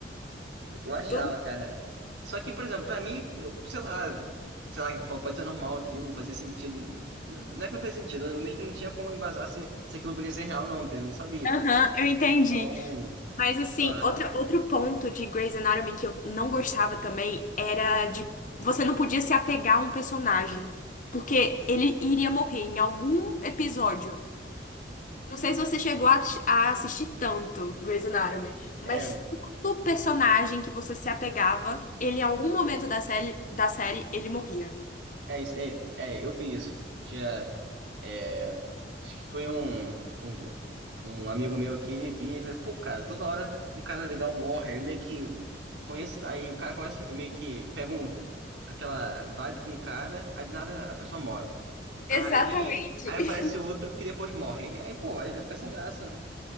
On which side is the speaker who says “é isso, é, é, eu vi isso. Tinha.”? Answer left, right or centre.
Right